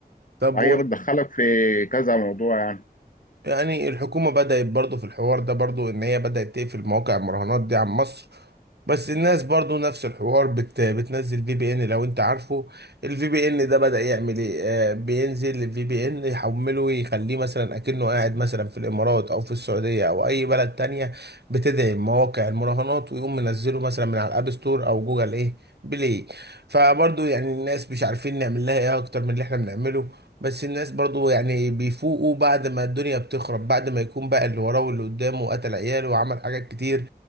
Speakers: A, on the right; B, on the left.
A: طب
B: وهي بتدخلك في كذا موضوع يعني
A: يعني الحكومة بدأت برضو في الحوار ده برضو إن هي بدأت تقفل مواقع المراهنات دي عن مصر بس الناس برضو نفس الحوار بت... بتنزل في بي إن لو أنت عارفه الفي بي إن ده بدأ يعمل إيه آه بينزل الفي بي إن يحمله يخليه مثلا أكنه قاعد مثلا في الإمارات أو في السعودية أو أي بلد تانية بتدعم مواقع المراهنات ويقوم منزله مثلا من على الأب ستور أو جوجل إيه بلاي فبرضو يعني الناس مش عارفين نعمل لها إيه أكتر من اللي إحنا بنعمله بس الناس برضو يعني بيفوقوا بعد ما الدنيا بتخرب بعد ما يكون بقى اللي وراه واللي قدامه وقتل عياله وعمل حاجات كتير